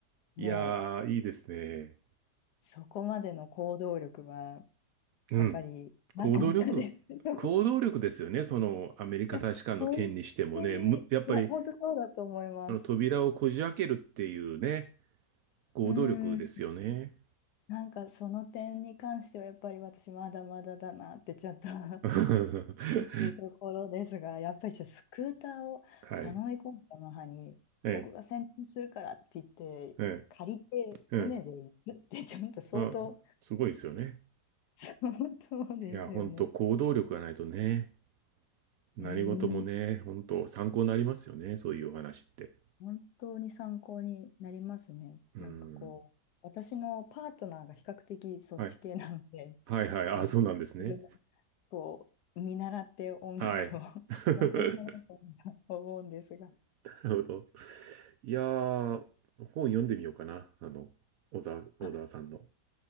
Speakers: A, on the left (about 75°); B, on the right (about 70°).
A: も
B: いやー、いいですね。
A: う、そこまでの行動力は、
B: うん。
A: やっぱりなかったですけど
B: 行動力。行動力ですよね。
A: <laughs> い
B: その、アメリカ大使館の件にしてもね。
A: や、本当に、
B: むやっぱり、
A: いや、本当そうだと思います。
B: あの、扉をこじ開けるっていうね、行動力ですよね。
A: うーん。なんかその点に関してはやっぱり私まだまだだなってちょっと <laughs> す
B: <laughs> は
A: るところですが、やっぱりじゃあスクーターを頼み込んだ母に僕が先伝するからって言って借りて船で行くってちょっと相当
B: い。ええ、ええ、うん。あ、すごいですよね。
A: <laughs> そうですよね。
B: いや、本当行動力がないとね、何事もね、
A: うーん、
B: 本当参考になりますよね。そういうお話って。
A: 本当に参考になりますね。
B: うん。
A: なんかこう、私のパートナーが比較的そっち系なので
B: はい。はいはい。あ、
A: なんか、
B: そうなんですね。
A: 自分もこう、見習って音楽を
B: はい。<laughs>
A: <laughs> やっていかないと思うんですが。
B: なるほど。いやー、本読んでみようかな。あの、小沢、小沢さんの。
A: あ、